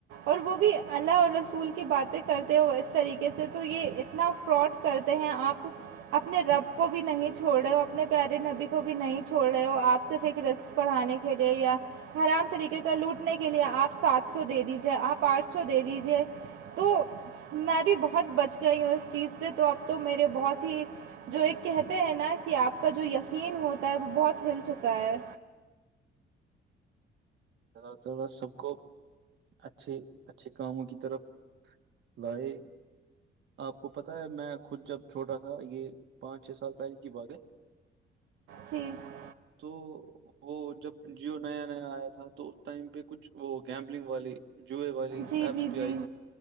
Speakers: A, on the right (about 80°); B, on the right (about 70°).
A: اور وہ بھی اللہ اور رسول کی باتیں کرتے وہ اس طریقے سے تو یہ اتنا فراڈ کرتے ہیں آپ اپنے رب کو بھی نہیں چھوڑ رہے ہو اپنے پیارے نبی کو بھی نہیں چھوڑ رہے ہو آپ صرف ایک رس پڑھانے کے لئے یا حرام طریقے کا لوٹنے کے لئے آپ سات سو دے دیجیے آپ آٹسو س دے دیجیے تو میں بھی بہت بچ گئی ہوں اس چیز سے تو اب تو میرے بہت ہی جو ایک کہتے ہیں نا کہ آپ کا جو یقین ہوتا ہے وہ بہت ہل چکا ہے
B: زیادہ تدہ سب کو اچھے اچھے کاموں کی طرف لے آپ کو پتہ ہے میں خود جب چھوٹا تھا یہ پانچ چھ سال پہلے کی بات ہے
A: پھی <unintelligible> <unintelligible>
B: تو وہ جب جیو نیا میں آیا تھا تو اس ٹائم پہ کچھ وہ گیمبلنگ والی جو والی
A: جی
B: ایپس
A: جی
B: بھی
A: جی
B: آئی